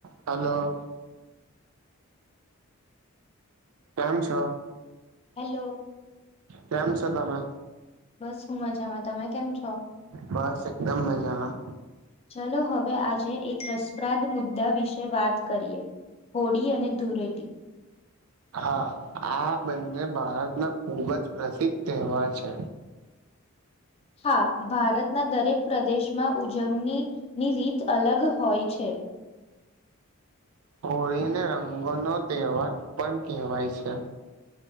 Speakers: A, on the right; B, on the left.
A: Hello. કેમ છો?
B: Hello.
A: કેમ છો તમે?
B: બસ હુ મજામાં તમે કેમ છો?
A: બસ એકદમ મજાના.
B: ચલો હવે આજે એક રસપ્રાદ મુદ્દા વિશે વાત કરીએ. હોળી અને ધુળેટી.
A: હા આ બંને ભારતના ખુબ જ પ્રસિદ્ધ તહેવાર છે.
B: હા ભારતના દરેક પ્રદેશમાં ઉજવણી ની રીત અલગ હોય છે.
A: હોળીને રંગો નો તહેવાર પણ કેહેવાય છે.